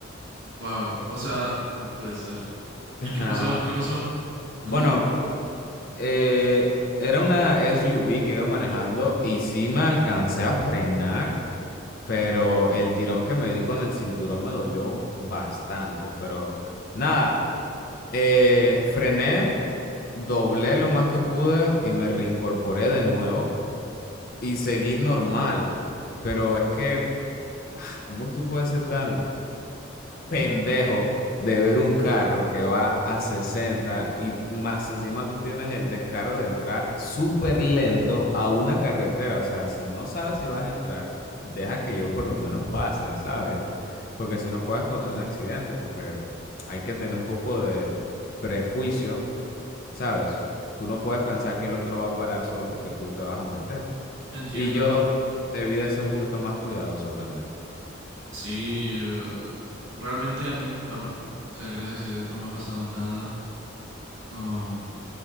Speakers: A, on the right; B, on the left.
A: Wow. O sea, no puede ser.
B: Ajá.
A: ¿Y qué pasó? ¿Qué pasó?
B: Bueno,
A: <gasps>
B: eh, era una SUV que iba manejando y sí me alcancé a frenar, pero el tirón que me di con el cinturón me dolió bastante. Pero nada. Eh, frené, doblé lo más que pude y me reincorporé de nuevo y seguí normal. Pero es que, ¿cómo tú puedes ser tan pendejo de ver un carro que va a 60 y más encima tú tienes el descaro de entrar súper lento a una carretera? O sea, si no sabes si vas a entrar, deja que yo por lo menos pase, ¿sabes? Porque si no puedes causar un accidente, porque hay que tener un poco de prejuicio ¿sabes? Tú no puedes pensar que el otro va a parar solo porque tú te vas a meter.
A: Entiendo.
B: Y yo debí de
A: Sí,
B: ser un poquito más cuidadoso también.
A: Sí, eh, realmente a mí, a- r- o sea, gracias a Dios no me ha pasado nada. am,